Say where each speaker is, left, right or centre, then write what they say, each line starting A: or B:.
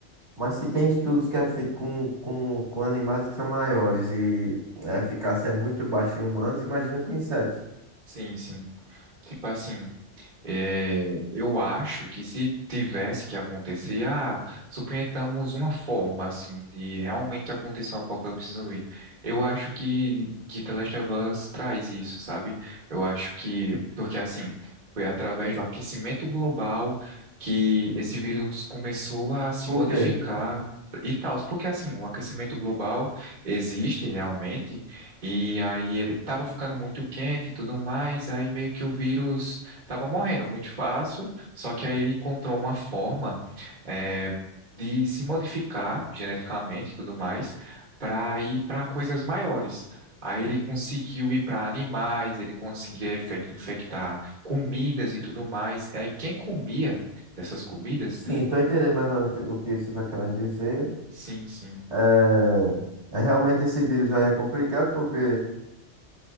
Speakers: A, on the right (about 65°); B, on the right (about 40°).
A: mas se tem estudos que é feito com, com, com animais que são maiores e a eficácia é muito baixa em humanos, imagina com insetos.
B: Sim, sim. Tipo assim, é, eu acho que se tivesse que acontecer, ah, suponhamos uma forma assim de realmente acontecer um apocalipse zumbi. Eu acho que que The Last of Us traz isso, sabe? Eu acho que porque assim foi através do aquecimento global que esse vírus começou a se
A: Por
B: modificar
A: quê?
B: e tal. Porque assim o aquecimento global existe realmente e aí ele estava ficando muito quente e tudo mais, aí meio que o vírus Tava morrendo muito fácil, só que aí ele encontrou uma forma é, de se modificar geneticamente e tudo mais para ir para coisas maiores. Aí ele conseguiu ir para animais, ele conseguia infe- infectar comidas e tudo mais. Aí quem comia dessas comidas?
A: Sim, tô entendendo mais ou menos o que o que você está querendo dizer.
B: Sim, sim.
A: É, é realmente esse vírus aí é complicado porque,